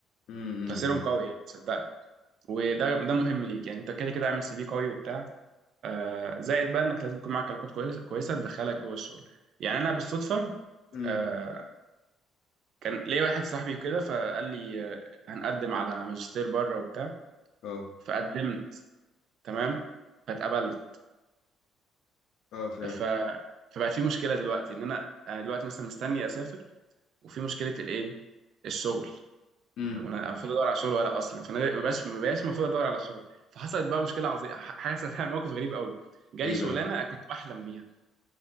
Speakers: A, on the left; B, on the right.
A: امم
B: تاثيرهم قوي يعني صدقني وده ده مهم ليك يعني انت كده كده عامل سي في قوي وبتاع آه زائد بقى انك لازم يكون معاك علاقات كويسه كويسه تدخلك جوه الشغل يعني انا بالصدفه
A: امم
B: آه كان ليا واحد صاحبي وكده فقال لي آه، هنقدم على ماجستير بره وبتاع
A: اه
B: فقدمت تمام فاتقبلت
A: اه فاهم
B: ف فبقت في مشكله دلوقتي ان انا انا دلوقتي مثلا مستني اسافر وفي مشكله الايه الشغل
A: امم
B: طب انا المفروض ادور على شغل ولا اصلا فانا ما بقاش ما بقاش المفروض ادور على شغل فحصلت بقى مشكله عظيمه حصلت يعني موقف غريب قوي جالي
A: ايه
B: شغلانه
A: بقى
B: كنت بحلم بيها